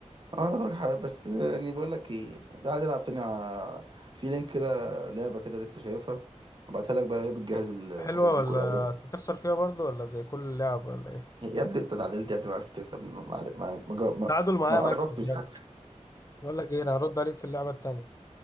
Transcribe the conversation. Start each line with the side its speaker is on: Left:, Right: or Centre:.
Right: اه انا غيرك حبيبي بس يعني بقول لك ايه تعالى نلعب تاني ع- في لينك كده لعبه كده لسه شايفها ابعتها لك بقى وهي بتجهز الحاجات
Left: حلوة
Right: دي
Left: ولا
Right: كلها
Left: تخسر فيها برضو ولا زي كل لعبة ولا ايه
Right: يا ابني انت اتعدلت يا ابني ما عرفتش تكسب ما عرف- ما ما, ما
Left: تعادل معايا
Right: ما قربتش
Left: مكسب يعني
Right: <laughs>
Left: بقول لك ايه انا هرد عليك في اللعبة التانية